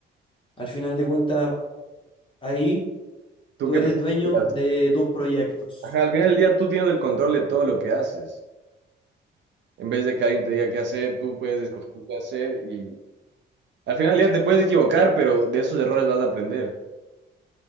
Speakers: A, on the left; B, on the right.
A: Al final de cuentas, Ahí
B: ¿Tú
A: tú
B: qué
A: eres
B: preferirías?
A: dueño de tus proyectos,
B: Ajá, al final del día tú tienes el control de todo lo que haces. En vez de que alguien te diga qué hacer, tú puedes escoger qué hacer y al final del día te puedes equivocar, pero de esos errores vas a aprender.